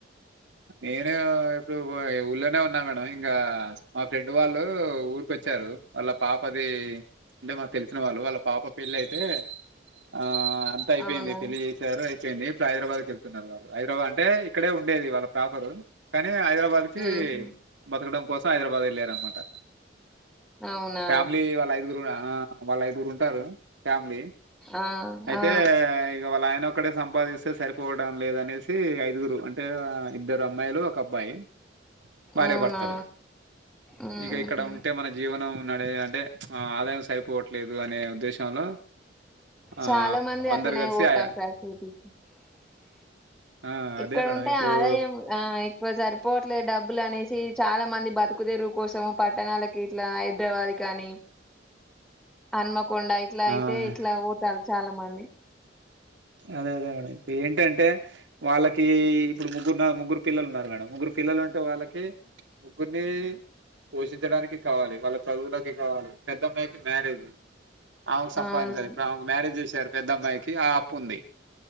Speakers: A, on the right; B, in the centre.
A: నేను ఇప్పుడు ఊర్లోనే ఉన్నా మేడం ఇంకా మా ఫ్రెండ్ వాళ్ళు ఊరికోచ్చారు వాళ్ళ పాపది అంటే మాకు తెలిసిన వాళ్ళు వాళ్ళ పాప పెళ్లి అయితే ఆ అంత అయిపోయింది
B: అవునా
A: పెళ్లి చేశారు అ ఇలా హైదరాబాద్కి వెళ్తున్నారు వాళ్ళు హైదరాబాద్ అంటే ఇక్కడ ఉండేది వాళ్ళ ప్రాఫర్ కానీ హైదరాబాద్ కి
B: ఉహు
A: బతకడం కోసం హైదరాబాద్ వెళ్ళారనమాట
B: అవునా
A: ఫ్యామిలీ వాళ్ళు ఐదుగురు ఆ వాళ్ళు ఐదుగురు ఉంటారు ఫ్యామిలీ
B: ఆ
A: అయితే
B: ఆ
A: ఇగ వాళ్ళ ఆయన ఒక్కడే సంపాదిస్తే సరిపోవడం లేదనేసి ఐదుగురు అంటే ఇద్దరు అమ్మాయిలు ఒక అబ్బాయి భార్య
B: అవునా
A: భర్తలు
B: ఉహు
A: ఇక ఇక్కడ ఉంటే మన జీవనం నడ అంటే ఆ ఆదాయం సరిపోవట్లేదు అనే ఉద్దేశంలో ఆ
B: చాలా
A: అందరు
B: <unintelligible>
A: కలిసి ఆయ ఆ
B: ఇక్కడ
A: అదే మేడం
B: ఉంటే
A: ఇప్పుడు
B: ఆదాయం ఆ ఎక్కువ సరిపోవట్లేదు డబ్బులు అనేసి చాలా మంది బ తుకుదరువు కోసము పట్టణాలకి ఇట్లా హైదరాబాద్ కనీ హన్మకొండ ఇట్లా
A: ఆ
B: అయితే ఇట్లా పోతారు చాలా మంది
A: అదే అదే మేడం ఇప్పుడు ఏంటంటే వాళ్ళకి ఇప్పుడు ముగ్గురు ముగ్గురు పిల్లలు ఉన్నారు మేడం ముగ్గురు పిల్లలు ఉంటే వాళ్ళకి ముగ్గురిని పోషించడానికి కావాలి వాళ్ళ చదువులకి కావాలి పెద్దమ్మాయికి మ్యారేజ్ ఆమెకు సంపాదించారు
B: అవును
A: ఇప్పుడు ఆమెకు మ్యారేజ్ చేసారు పెద్దమ్మాయికి ఆ అప్పు ఉంది